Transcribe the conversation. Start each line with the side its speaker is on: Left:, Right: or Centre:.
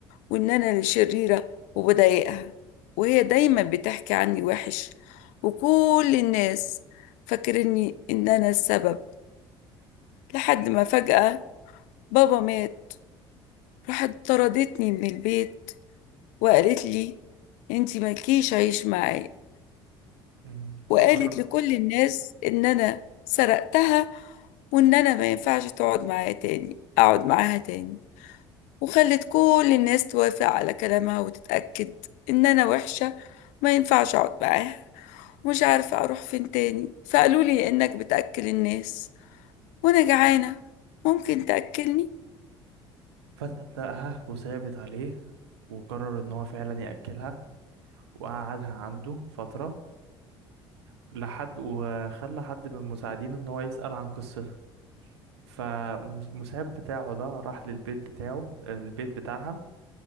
Left: وان انا الشريرة وبضايقها وهي دايما بتحكي عني وحش وكل الناس فاكرني ان انا السبب لحد ما فجأة بابا مات راحت طردتني من البيت وقالت لي انتي مالكيش عيش معايا
Right: مم. فقرر
Left: وقالت لكل الناس ان انا سرقتها وان انا ما ينفعش تقعد معايا تاني اقعد معاها تاني وخلت كل الناس توافق على كلامها وتتأكد إن أنا وحشة ما ينفعش أقعد معاها ومش عارفة أروح فين تاني فقالوا لي إنك بتأكل الناس وأنا جعانة ممكن تأكلني
Right: فصدقها وثابت عليه وقرر ان هو فعلا يأكلها وقعدها عنده فترة لحد وخلى حد من مساعدينه ان هو يسأل عن قصتها فالمساعد بتاعه ده راح للبيت بتاعه البيت بتاعها